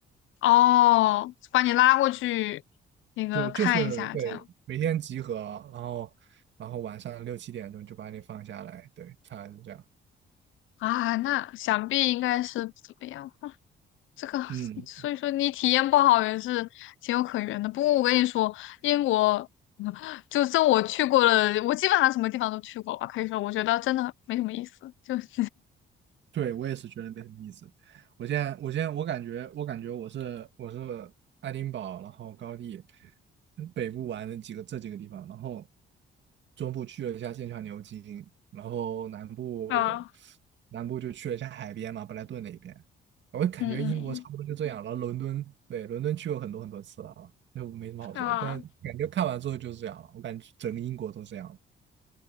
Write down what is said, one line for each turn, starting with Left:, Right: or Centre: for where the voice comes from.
Left: 哦，把你拉过去那个看一下，
Right: 就就是对每天集合，
Left: 这样
Right: 然后然后晚上六七点钟就把你放下来，对，他是这样。
Left: 啊，那想必应该是不怎么样。这个，
Right: 嗯，
Left: 所以说你体验不好也是情有可原的。不过我跟你说，英国 <laughs> 就这我去过了，我基本上什么地方都去过吧，可以说我觉得真的没什么意思，就是
Right: 对，我也是觉得没什么意思。我现在，我现在，我感觉，我感觉我是我是爱丁堡，然后高地北部玩了几个这几个地方，然后中部去了一下剑桥、牛津，然后南部
Left: <laughs> 啊。
Right: 南部就去了一下海边嘛，布莱顿那一边。我感觉英国差不多就这样了。
Left: 嗯嗯，嗯
Right: 然后伦敦，对，伦敦去过很多很多次了啊，就没什么好说。
Left: 啊，
Right: 但感觉看完之后就是这样了，我感觉整个英国都这样了，